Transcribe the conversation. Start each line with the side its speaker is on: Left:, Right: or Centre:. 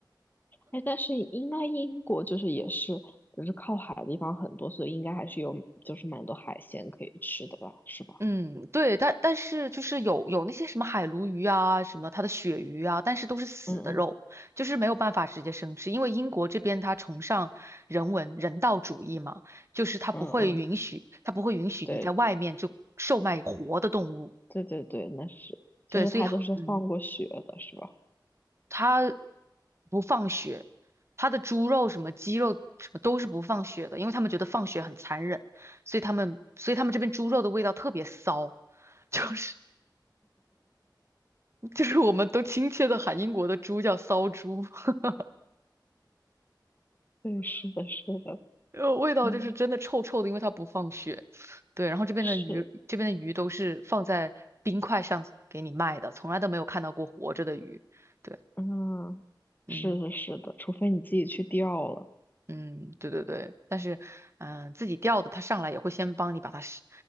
Left: 哎，但是应该英国就是也是就是靠海的地方很多，所以应该还是有就是蛮多海鲜可以吃的吧，是吧？
Right: 嗯，对，但但是就是有有那些什么海鲈鱼啊，什么它的鳕鱼啊，但是都是死的肉，
Left: 嗯嗯
Right: 就是没有办法直接生吃，因为英国这边它崇尚人文人道主义嘛，就是它不会允许，
Left: 嗯嗯，
Right: 它不会允许你在外面就售卖活的动物，
Left: 对对对对，那是，就是它都是放过血的，
Right: 对，所以嗯，
Left: 是吧？
Right: 它不放血，它的猪肉什么鸡肉什么都是不放血的，因为他们觉得放血很残忍，所以他们所以他们这边猪肉的味道特别骚，<laughs> 就是。就是我们都亲切的喊英国的猪叫骚猪，<laughs>
Left: 对，是的，是的，
Right: 呃，味道就是真的臭臭的，
Left: 嗯，
Right: 因为它不放血。对，然后这边的鱼，
Left: 是，
Right: 这边的鱼都是放在冰块上给你卖的，从来都没有看到过活着的鱼。对，
Left: 嗯，
Right: 嗯。
Left: 是的，是的，除非你自己去钓了，
Right: 嗯，对对对，但是，嗯、自己钓的，他上来也会先帮你把它是